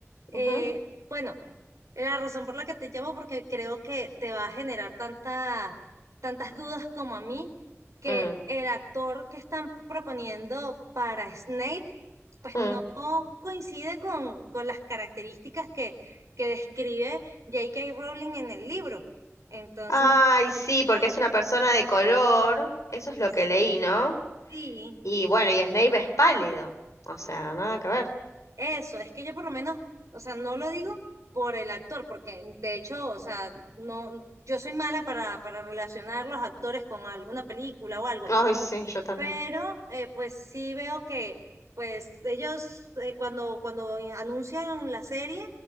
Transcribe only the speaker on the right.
Eh,
bueno, La razón por la que te llamo, porque creo que te va a generar tanta, tantas dudas como a mí, que
el actor que están proponiendo para Snape, pues
no coincide con, con las características que, que describe J.K. Rowling en el libro. Entonces,
no sé si
has visto,
pues
sí,
Eso, es que yo por lo menos, o sea, no lo digo por el actor, porque de hecho, o sea, no, yo soy mala para, para relacionar los actores con alguna película o algo,
pero eh, pues sí veo que pues ellos eh, cuando, cuando anuncian la serie